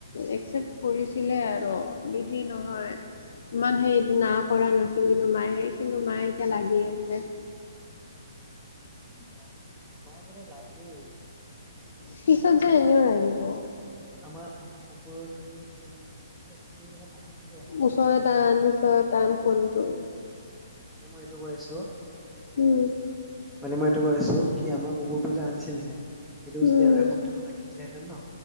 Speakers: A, on the left; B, in the centre.
A: একচেপ্ট কৰিছিলে আৰু সি নহয় মানুহে না কৰা নাছিল ছিল কিন্তু মায়েহে কিন্তু মায়ে এতিয়া লাগি আছে
B: এ মা মা বোৰে লাগেই
A: শেষত
B: প্ৰথমতে
A: এনেও
B: প্ৰথমতে
A: লাগিব
B: আমাৰ আমাৰ কুকুৰটো মানে মানিছিলো সেইটো মানে প্ৰথম যদি এসপ্তাহ
A: ওচৰত
B: মান ৰাখি দিলেহেঁতেন
A: আন
B: ন
A: ওচৰত আন ফোনটো
B: এ মই এইটো কৈ আছোঁ
A: উম
B: মানে মই এইটো কৈ আছো কি আমাৰ কুকুৰটো যে আনিছিল যে সেইটোও
A: উম
B: যদি আৰু এসপ্তাহ ৰাখিলে হেতেন ন